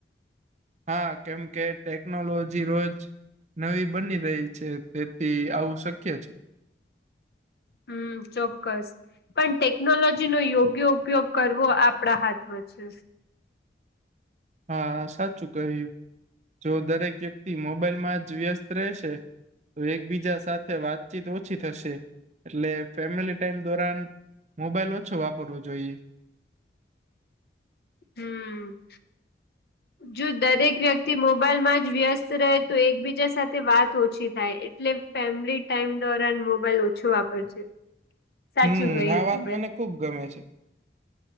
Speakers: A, on the right; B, on the left.
A: હા કેમ કે ટેકનોલોજી રોજ, નવી બની રહી છે, તેથી આવું શક્ય છે.
B: હું ચોક્કસ, પણ ટેકનોલોજી નો યોગ્ય ઉપયોગ કરવો આપણા હાથમાં છે,
A: હા સાચું કહ્યું જો દરેક વ્યક્તિ મોબાઈલમાં જ વ્યસ્ત રહેશે, તો એકબીજા સાથે વાતચીત ઓછી થશે એટલે ફેમિલી ટાઈમ દોરન, મોબાઈલ ઓછો વાપરવો જોઈએ,
B: હું.
A: <inaudible>
B: જો દરેક વ્યક્તિ મોબાઈલમાં જ વ્યસ્ત રહે તો એકબીજા સાથે વાત ઓછી થાય, ફેમિલી ટાઈમ દોરાન મોબાઈલ ઓછું વાપરજે, સાચું
A: હું
B: કહ્યું
A: આ વાત
B: તમે
A: મને ખુબ ગમે છે,